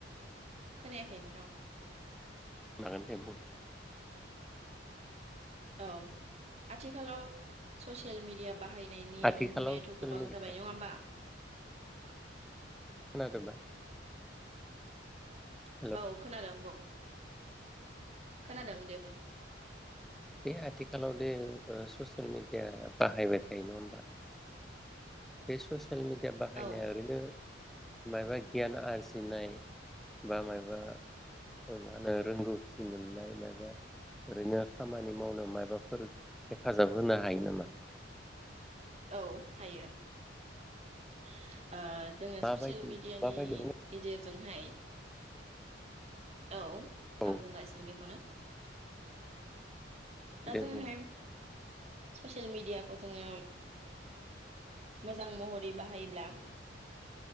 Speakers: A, on the right (about 35°); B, in the centre.
A: खोनायाखै नोंथां
B: खोनादों दे बुं
A: औ आथिखालाव ससियेल मिडिया बाहायनायनि
B: आथिखालाव
A: अनजिमायाथ
B: ससियेल
A: गोबां
B: मिडिया
A: जाबाय नङा होमबा
B: खोनादोंबा हेल'
A: औ खोनादों बुं खोनादों दे बुं
B: बे आथिखालाव दे ससियेल मेडिया बाहायबाय थायो नङा होमबा बे ससे सियेल मेडिया बाहायनाया
A: औ
B: ओरैनो मायबा गियान आरजिनाय बा मायबा मा होनो रोंगौथि मोननाय मायबा ओरैनो खामानि मावनो माबाफोर हेफाजाब होनो हायो नामा?
A: औ हायो <inaudible> जोङो
B: माबायदि
A: ससियेल मेडियानि
B: माबायदि
A: गेजेरजोंहाय औ
B: औ
A: आं बुंगासिनो बेखौनो दा
B: दे
A: जोंङोहाय
B: बुं
A: ससि सेल मिडियाखौ जोङो मोजां महर थै बाहायोब्ला